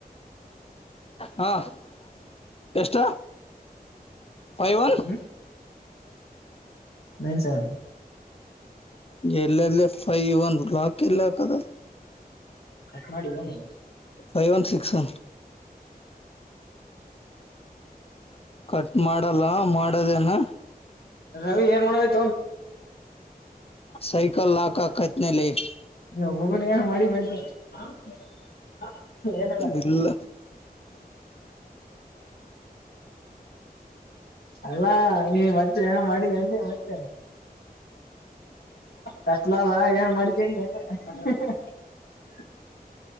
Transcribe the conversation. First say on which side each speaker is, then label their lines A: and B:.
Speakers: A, on the left; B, on the left.
A: ಹಾ <unintelligible> ಎಷ್ಟ ಫೈ ಒನ್ <unintelligible>
B: ಹ್ಮ್ ನೈನ್ ಸೆವೆನ್ <unintelligible>
A: ಎಲ್ಲೆಲ್ಲೆ ಫೈಒನ್ ಕ್ಲಾಕ್ <unintelligible> ಕೆಲ್ಲಿ ಹಾಕದು
B: ಕಟ್ ಮಾಡಿವ ನೀನ್
A: ಫೖಒನ್ಒನ್ ಸಿಕ್ಸ್ <unintelligible> ಕಟ್ ಮಾಡಲ್ಲ ಮಾಡದೇನ <unintelligible>
B: ರವಿ ಏನ್ ಮಾಡಗತ್ <unintelligible>
A: ಸೈಕಲ್ ಲಾಕ್ ಹಾಕಕತ್ತಿನೆಲೆ <unintelligible>
B: ಒಬ್ಬೊಬ್ಬನೇ ಏನರ ಮಾಡಿ ಎ ಮತ್ತೆ <unintelligible> ಹ ಹ ಏನದ <unintelligible>
A: ಇಲ್ಲ
B: ಅಲ್ಲಾ.. <unintelligible> ಮತ್ತೆ ಏನರ ಮಾಡದಿ ಅಂದೆ ಮತ್ತೆ ಕತ್ತಲ ಅದ ಏನನ ಮಾಡಕೊಂಡಿ ಮತ್ತೆ <unintelligible> ಹ್ಹಹ